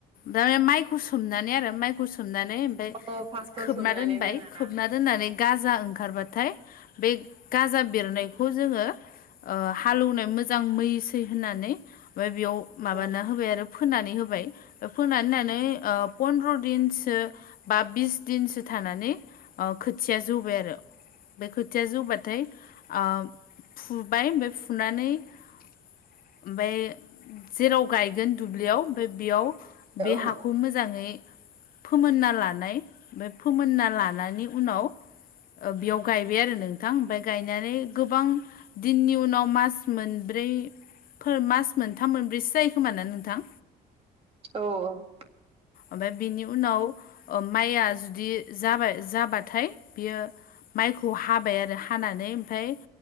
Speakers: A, on the left (about 60°); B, on the right (about 35°).
A: दा माइखौ सोमनानै आरो माइखौ सोमनानै ओमफफ्राय
B: औ फार्स्टआव
A: खोबना
B: सोमनानै
A: दोनबाय
B: दोनोना
A: खोबना दोननानै गाजा ओंखारबाथाय बे गाजा बेरनायखौ जोङो ओ हालौवनाय मोजां मैसै होननानै ओमफ्राय बेयाव माबाना
B: ओं
A: होबाय आरो फोनानै होबाय फोनानै होनानै ओ फनद्र दिनसो बा बिस दिनसो थानानै ओ खोथिया जौबाय आरो बे खोथिया जौबाथाय ओ फुबाय ओमफफ्राय फुनानै ओमफ्राय जेराव गायगोन दुब्लियाव ओमफ्राय बेयाव बे
B: ओं
A: हाखौ मोजाङै फोमोनना लानाय बे फोमोनना लानायनि उनाव ओ बेयाव गायबाय आरो नोंथां ओमफफ्राय गायनानै गोबां दिननि उनाव मास मोनब्रैफोर मास मोनथाम मोनब्रैसो जायो खोमा ना नोंथां
B: औ
A: ओमफ्राय बिनि उनाव ओ माइआ जुदि जाबाय जाबाथाय बियो माइखौ हाबाय आरो हानानै ओमफ्राय